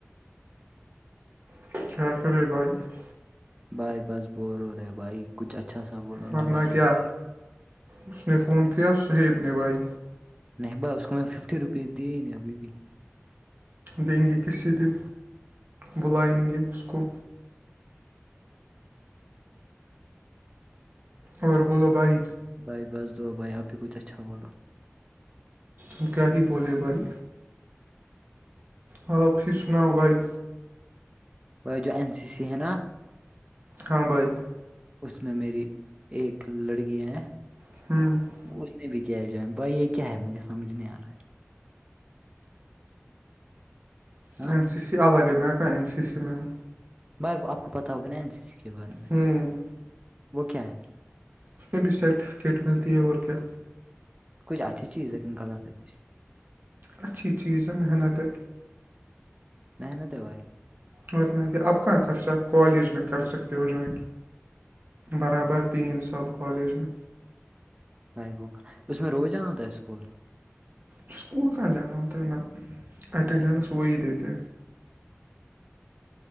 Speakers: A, on the right; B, on the right.
A: <inaudible>
B: بھائی بس بور ہو رہے بھائی کچھ اچھا سا بولو
A: ورنہ
B: نا بھائی
A: کیا
B: میرے
A: اس نے فون کیا س ہیب نے بھائی
B: نہیں با اس کو میں ففٹی روپیز دی ہی نہیں ابھی بھی
A: دیں گے کسی دن بلائیں گے اس کو اور بولو بھائی
B: بھائی بس دا بھائی آپ بھی کچھ اچھا بولو
A: ہم کیا ہی بولے بھائی ہف ہی سناؤ بھائی
B: جو این سی سی ہے نا
A: ہاں بھائی
B: اس میں میری ایک لڑکی ہیں
A: <inaudible>
B: اس نے بھی کیا ہے جوان بھائی یہ کیا ہے مجھے سمجھ نہیں آ رہا ہے ہے
A: اینم
B: ہاں
A: سی الگ ہے میں کا این سی میںوں
B: بھائی آپ کو پتا ہوگاین سی سی کے بارے میں
A: ہوں
B: وہ کیا ہے
A: اس میں بھی سرٹیفکیٹ ملتی ہے اور کیا
B: کچھ اچھی چیز ہے کہن غلط ہے کچھ
A: اچھی چیز ہے محنتیں
B: محنت ہے بھائی
A: ورتنہ کہ آپ کہاں خرچ آپ کالج میں کر سکتے ہو جوائن برابر تین سال کالج میں
B: بھائی بو کا اس میں روزانا ہو تھا اسکول
A: اسکول کہاں جانا ہوتا ہے نہا
B: تو
A: اٹینڈینس
B: بھائی
A: وہی دیتے